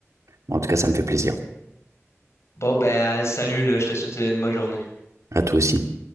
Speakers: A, on the right; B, on the left.
A: En tout cas, ça me fait plaisir.
B: Bon ben, salut, là, je te souhaite une bonne journée.
A: À toi aussi.